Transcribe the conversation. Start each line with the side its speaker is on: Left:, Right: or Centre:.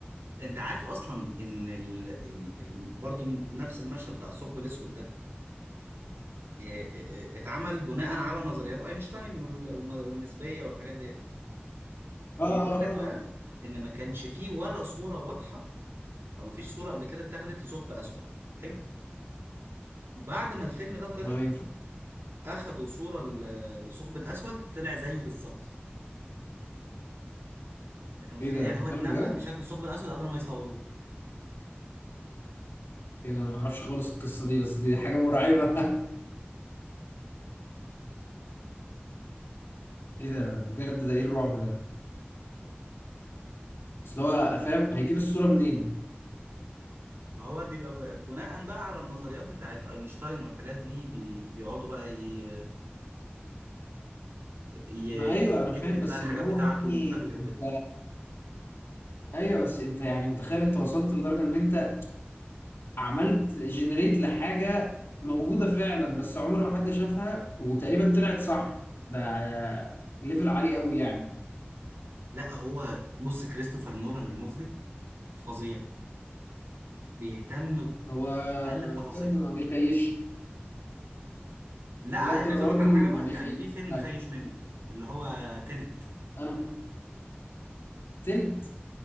Right: انت عارف اصلا ان ال... ال... ال... برضه نفس المشهد بتاع الثقب الاسود ده اه، اه، آه، اتعمل بناء على نظريات اينشتاين وال... والن- والنسبيه والحاجات ديت بيقول
Left: اه اه
Right: لك
Left: اه
Right: بقى
Left: آه.
Right: ان ما كانش فيه ولا صوره واضحه او ما فيش صوره قبل كده اتاخدت لثقب اسود حلو بعد ما الفيلم ده طلع
Left: ما هو ينفع
Right: اخدوا صوره ل- للثقب الاسود طلع زيه بالظبط انت متخيل
Left: ايه ده
Right: يعني
Left: بتتكلم
Right: هو اتنبأ
Left: بجد؟
Right: بشكل الثقب الاسود قبل ما يصوروه
Left: ايه ده انا ما اعرفش خالص القصة دي بس دي حاجة مرعبة <laughs> ايه ده بجد ده ايه الرعب ده اصل هو فاهم هيجيب الصورة منين
Right: ما هو بيبقى ب- بناء بقى على النظريات بتاعت اينشتاين والحاجات دي بي... بيقعدوا بقى ي... ي...
Left: ما ايوه انا
Right: يكتب
Left: فاهم بس
Right: بقى الحاجات
Left: اللي هو
Right: بتاعته
Left: يعني
Right: ومش عارف ايه وكده
Left: انت ايوه بس انت يعني متخيل انت وصلت لدرجة ان انت عملت جنريت لحاجة موجودة فعلا بس عمر ما حد شافها وتقريبا طلعت صح ده ليفل عالي قوي يعني
Right: لا هو بص كريستوفر نولان المخرج فظيع بيهتم
Left: هو
Right: بأقل التفاصيل
Left: بجد ما بيخيش
Right: لا
Left: بجد
Right: عايز
Left: الراجل
Right: اقول لك على حاجة بقى
Left: ما بيخيش
Right: يعني في فيلم
Left: لا،
Right: خايش منه اللي هو تينت
Left: انا تلت